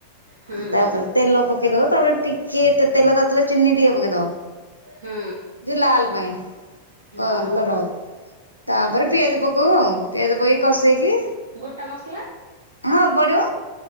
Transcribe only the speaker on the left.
ତାପରେ ତେଲ ପକେଇଦବ, ତାପରେ ଟିକେ ତେଲ ତାତିଲେ ଚିନି ଟିକେ ପକେଇଦବ
ଯେ ଲାଲ୍ ପାଇଁ। କଲର
ଆଉ। ତାପରେ ପିଆଜ ପକଉ ଆଉ। ପିଆଜ ପକେଇକି କଷେଇକି
ହଁ, ପଡିବ।